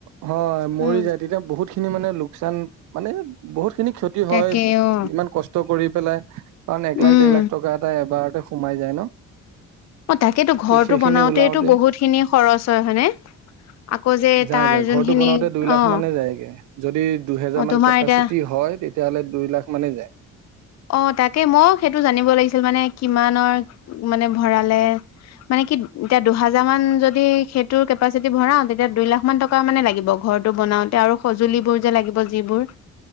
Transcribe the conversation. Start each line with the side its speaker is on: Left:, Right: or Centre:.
Right: হয় মৰি
Left: উম
Right: যায় তেতিয়া বহুত খিনি মানে লোকচান মানে বহুত খিনি ক্ষতি
Left: তাকে
Right: হয়
Left: অ
Right: ইমান কষ্ট কৰি পেলাই, কাৰণ একলাখ-দেৰলাখ
Left: উম
Right: টকা এটা এবাৰতে সোমাই যায় ন
Left: অ তাকেতো ঘৰটো
Right: সেইখিনি
Left: বনাওতেতো
Right: ওলাওতে
Left: বহুত খিনি খৰচ হয়, হয়নে? আকৌ যে
Right: যাই
Left: তাৰ
Right: যাই
Left: যোনখিনি
Right: ঘৰটো বনাওতে দুই লাখ
Left: অ
Right: মানে যায়গে যদি দুহেজাৰমানান
Left: অ তোমাৰ
Right: কেপাচিটি
Left: এতিয়া
Right: হয় তেতিয়াহ'লে দুই লাখ মানে যায়
Left: অ তাকে মই সেইটো জানিব লাগিছিল মানে কিমানৰ মানে ভৰালে মানে কি এতিয়া দুহাজাৰ মান যদি সেইটোৰ কেপাচিটি ভৰাওঁ তেতিয়া দুই লাখ মান টকা মানে লাগিব ঘৰটো বনাওতে আৰু সঁজুলিবোৰ যে লাগিব যিবোৰ